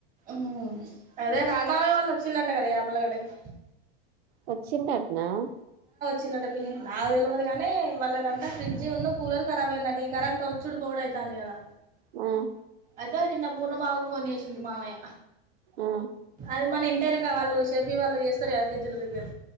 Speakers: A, on the right; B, on the right.
A: మ్మ్ అదే రాజామామయ వాళ్ళ వచ్చిళ్ళంట కదా యాభలగడ్డకి
B: వచ్చిండంటనా
A: చిల్లడ పిన్నీ నాకు తెలివదు కానీ వాళ్ళదంతా ఫ్రిడ్జ్ను కూలర్ కరాబ్ అయిందంట ఈ కరెంట్ వచ్చుడు పోవడైతాంది తాంది కదా
B: మ్మ్
A: అయితే నిన్న పూర్ణమామ ఫోన్ చేసిండు మామయ్య
B: ఆ
A: అదే మన టేనుక వాళ్ళు షేఫీ వాళ్ళు చేస్తారు కదా ఫ్రిడ్జ్లు రిపేర్